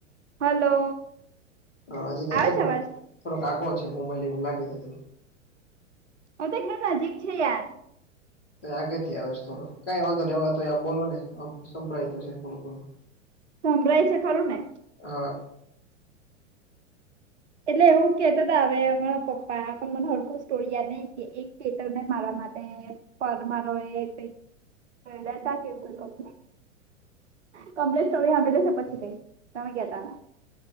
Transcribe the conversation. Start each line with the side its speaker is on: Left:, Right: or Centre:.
Right: હલો
Left: હ હજી
Right: આવે
Left: નથી
Right: છે અવાજ?
Left: થોડોક આગો છે મોબાઈલ એવું લાગે છે હજ
Right: હું તો એકદમ નજીક છે યાર
Left: આગ થી આવે છે થોડો કઈ વાંધો ને એ તો બોલો ને સંભળાયતો છે થોડું બ <inaudible>
Right: સમભ્રાઈ છે ખાલું ને
Left: હા
Right: એટલે એવું કર આવેરા પપ્પા પણ મને હરકું સ્ટોરી યાદ નહ કે એક કટરને મારા માટે પરમારો એ ક લેતા કેવું કઈું કમ્પ્લેટ તમે સાંભળી લેશો પછી કઈશ તમે કેતા ના